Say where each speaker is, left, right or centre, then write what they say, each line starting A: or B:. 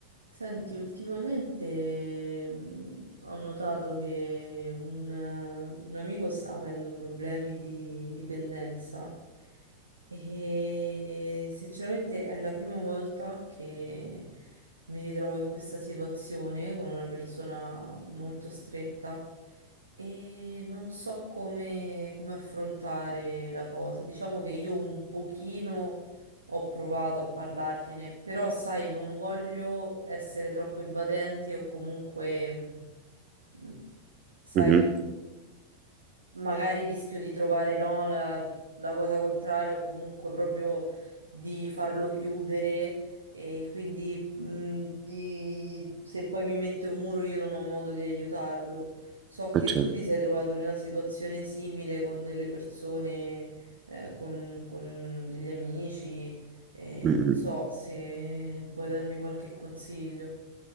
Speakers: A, on the right; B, on the right.
A: Senti, ultimamente mh, ho notato che un, un amico sta avendo problemi di dipendenza e sinceramente è la prima volta che mi ritrovo in questa situazione con una persona molto stretta e non so come, come affrontare la cosa. Diciamo che io un pochino ho provato a parlargliene, però sai, non voglio essere troppo invadente o comunque, mm, sai
B: Mh-mh.
A: magari rischio di trovare no, la- la cosa contraria o comunque proprio di farlo chiudere e quindi mh, di- se poi mi mette un muro io non ho modo di aiutarlo. So che
B: Eh certo.
A: tu ti sei trovato in una situazione simile con delle persone, eh, con, con degli amici e
B: Mh-mh.
A: non so se puoi darmi qualche consiglio.